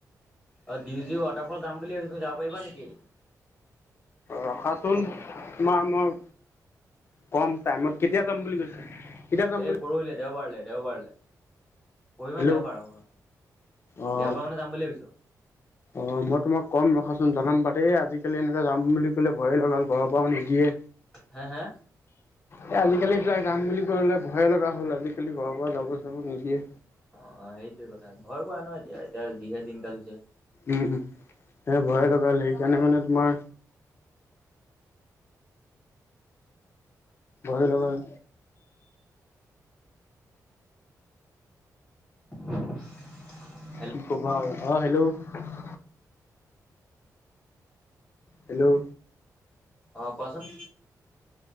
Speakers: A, in the centre; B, on the left (about 40°).
A: অ', ডিউজি ৱাটাৰফল যাম বুলি ভাবিছোঁ, তুমি যাব পাৰিবা নিকি?
B: ৰখাচোন, তোমাক মই কম টাইমত, কেতিয়া যাম বুলি কৈছে? কেতিয়া যাম
A: এই
B: বুলি
A: পৰহিলে, দেওবাৰলৈ, দেওবাৰলৈ। পৰহি
B: হেল্ল'
A: মানে দেওবাৰ অ',
B: অ
A: দেওবাৰ মানে যাম বুলি ভাবিছোঁ।
B: অ', মই তোমাক কম ৰখাচোন, জনাম বা দেই আজিকালি এনেকে যাম বুলি ক'লে ভয়ে লগা হ'ল। ঘৰৰ পৰাও নিদিয়ে।
A: হে, হে।
B: এ, আজিকালি এইবিলাক যাম বুলি ক'লে ভয়ে লগা হ'ল, আজিকালি ঘৰৰ পৰা যাব চাব নিদিয়ে।
A: অ', সেইটোয়ে কথা, ভয় কৰে ন এতিয়া। এতিয়া যিহে দিনকাল হৈছে।
B: উ। সেয়ে
A: উম
B: ভয়ে লগা হ'ল সেইকাৰণে মানে তোমাৰ ভয় লগা হ'ল।
A: <inaudible>
B: কি ক'বা আৰু, অ', হেল্ল'! হেল্ল'!
A: অ', কোৱাচোন?